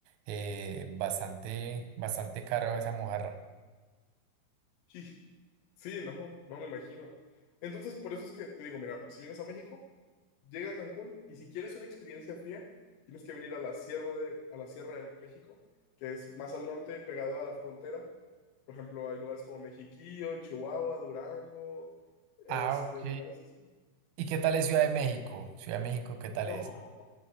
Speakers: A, on the right (about 90°); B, on the left (about 70°).
A: eh, bastante, bastante caro esa mojarra.
B: sí. Sí, no, no me imagino. Entonces, por eso es que te digo, mira, si vienes a México, llega a Cancún y si quieres una experiencia fría, tienes que venir a la Sierra de, a la Sierra de México, que es más al norte, pegado a la frontera. Por ejemplo, hay lugares como Mexiquillo, Chihuahua, Durango, este,
A: Ah, ok.
B: lugares así.
A: ¿Y qué tal es Ciudad de México? Ciudad de México, ¿qué tal
B: No,
A: es?